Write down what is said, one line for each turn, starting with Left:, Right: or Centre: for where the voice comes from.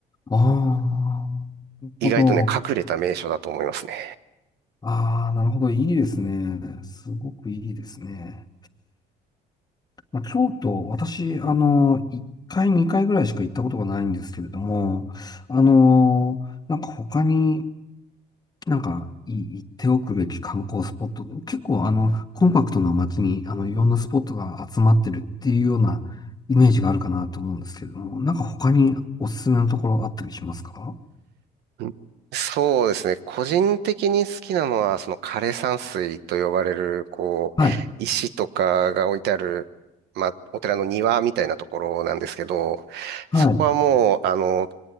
Left: ああ、なるほど。
Right: 意外とね、隠れた名所だと思いますね。
Left: ああ、なるほど。いいですね。すごくいいですね。まあ、京都、私、あの、1回、2回ぐらいしか行ったことがないんですけれども、あの、なんか他になんか、い行っておくべき観光スポット、結構あの、コンパクトな街に、あの、いろんなスポットが集まってるっていうようなイメージがあるかなと思うんですけれども、なんか他におすすめのところあったりしますか
Right: うんそうですね。個人的に好きなのは、その枯山水と呼ばれる、こう、
Left: はい、
Right: 石とかが置いてある、まあ、お寺の庭みたいなところなんですけど、
Left: はい。
Right: そこはもう、あの、